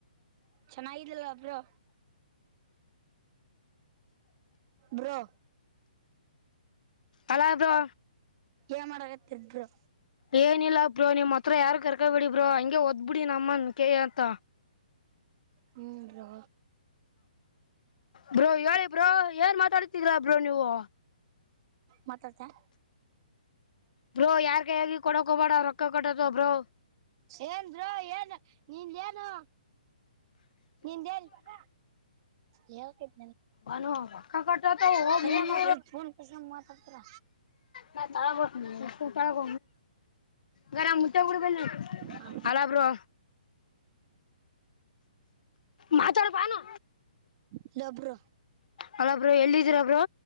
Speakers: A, on the right; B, on the left.
A: ಚೆನ್ನಾಗಿದ್ದಲ್ಲ ಬ್ರೋ ಬ್ರೋ
B: ಅಲ ಬ್ರೋ
A: ಏ ಮಾಡಗತ್ತಿರ ಬ್ರೋ
B: ಏನಿಲ್ಲ ಬ್ರೋ ನಿಮ್ ಹತ್ರ ಯಾರು ಕರ್ಕಬೇಡಿ ಬ್ರೋ ಹಂಗೆ ಓದ್ಬಿಡಿ ನಮ್ಮನ್ ಕ ಅಂತ
A: ಹ್ಮ್ ಬ್ರೋ
B: ಬ್ರೋ ಹೇಳಿ ಬ್ರೋ ಏನ್ ಮಾತಾಡ್ತಿದ್ರಾ ಬ್ರೋ ನೀವು
A: ಮಾತಾಆಡ್ತಾ
B: ಬ್ರೋ ಯಾರ್ ಕೈ ಆಗಿ ಕೊಡಕ ಹಬೇಡ ರೊಕ್ಕ ಕಟ್ಟತ ಬ್ರೋ
A: ಏನ್ರು ಏನ್ ನಿನ್ ಏನು ನಿಂದಾ ಏನ ಹೇಳ ಹೇಳ್
B: ವನು ರೊಕ್ಕಾ ಕಟ್ ಆಟವ <unintelligible>
A: ಕರೆ ಮಾತ ಫೋನ್ ಕಸ ಮಾತಾಡ್ತಾರ
B: ನಾ ತಳಗೋ ತಳಗ ಗರಾಮ್ ಮುಟ್ಟೆ ಬಿಡಬ
A: ಹಾ
B: ಅಲ ಬ್ರೋ ಮಾತಾಡು ಬಾನೋ
A: ಇಲ್ಲಾ ಬ್ರೋ
B: ಹಲೊಬ್ರೋ ಎಲ್ಲಿದೀರಬ್ರೋ